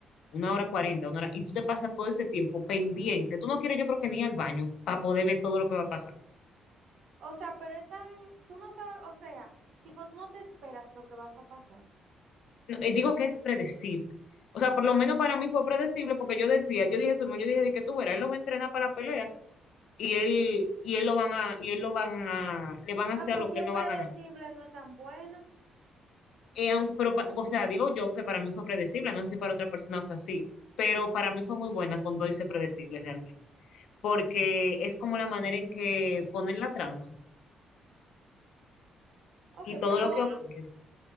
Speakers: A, on the left; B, on the right.
A: una hora cuarenta, una hora, y tú te pasas todo ese tiempo pendiente. Tú no quieres, yo creo que ni ir al baño para poder ver todo lo que va a pasar.
B: O sea, pero es tan, tú no sabes, o sea, tipo, tú no te esperas lo que vas a pasar.
A: No, eh, digo que es predecible. O sea, por lo menos para mí fue predecible porque yo decía, yo dije, Simón, yo dije de que tú verás, él lo va a entrenar para la pelea y él, y él lo van a, y él lo van a, le van a hacer
B: Ah, pues
A: lo
B: si
A: que
B: es
A: él no
B: predecible,
A: va a ganar.
B: no es tan buena.
A: Eh, aun- pero, pa- o sea, digo yo que para mí fue predecible, no sé si para otra persona fue así, pero para mí fue muy buena cuando hice predecible realmente, porque es como la manera en que ponen la trama
B: Ok,
A: y todo
B: pero
A: lo que ocurre.